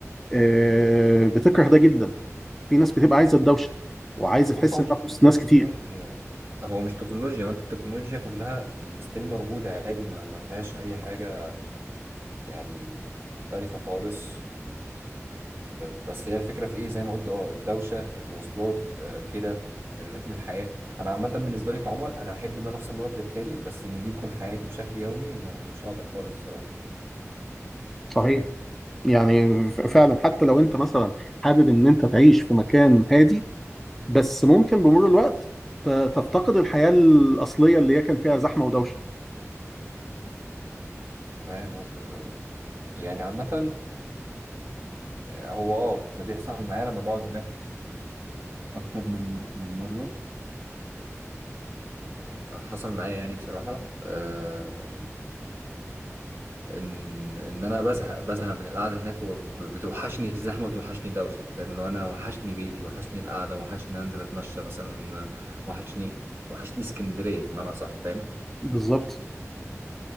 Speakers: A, in the centre; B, on the right.
A: آه، بتكره ده جدا في ناس بتبقى عايزة الدوشة وعايزة
B: بص
A: تحس
B: هو
A: انها
B: مش
A: في وسط
B: تكنولوجيا
A: ناس كتير
B: هو مش تكنولوجيا وانت التكنولوجيا كلها يعني ستيل موجودة عادي ما ما فيهاش اي حاجة يعني مختلفة خالص بس هي الفكرة في ايه زي ما قلت اه الدوشة المواصلات آه، كده الريتم الحياة انا عامة بالنسبة لي كعمر انا احب ان انا افصل من وقت للتاني بس ان دي تكون حياتي بشكل يومي ما- مش هقدر خالص بصراحة
A: صحيح يعني ف- فعلا حتى لو انت مثلا حابب ان انت تعيش في مكان هادي بس ممكن بمرور الوقت ت- تفتقد الحياة الأصلية اللي هي كان فيها زحمة ودوشة
B: فاهم قصدك اه يعني عامة آه، هو اه ده بيحصل معايا لما بقعد هناك أكتر من من مرة حصل معايا يعني بصراحة آه، إن إن أنا بزهق بزهق من القعدة هناك وبتوحشني الزحمة وتوحشني الدوشة فاهم اللي هو أنا وحشني بيتي وحشني القعدة وحشني أنزل أتمشى مثلا وحشني وحشني اسكندرية بمعنى أصح فاهم
A: بالظبط